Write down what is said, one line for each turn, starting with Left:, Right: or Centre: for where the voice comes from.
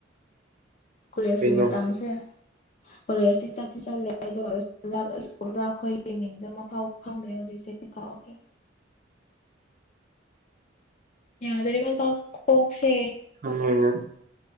Left: ꯀꯨꯂꯦꯁꯀꯤ
Right: ꯀꯩꯅꯣ
Left: ꯃꯇꯝꯁꯦ꯫
Right: <unintelligible>
Left: ꯀꯣꯂꯦꯖꯇꯤ ꯆꯠꯇꯤ ꯆꯠꯂꯦ ꯑꯗꯨ ꯑꯣꯏꯔꯁꯨ ꯑꯣꯖꯥ ꯈꯣꯏꯒꯤ ꯃꯤꯡꯗꯨ ꯑꯃꯥꯐꯥꯎ ꯈꯪꯗ꯭ꯔꯦ ꯍꯧꯖꯤꯛꯁꯦ ꯀꯥꯎꯈ꯭ꯔꯦ ꯌꯥꯈꯔꯕ ꯀꯣ ꯀꯣꯛꯁꯦ
Right: ꯈꯪꯉꯣꯏ ꯅꯪ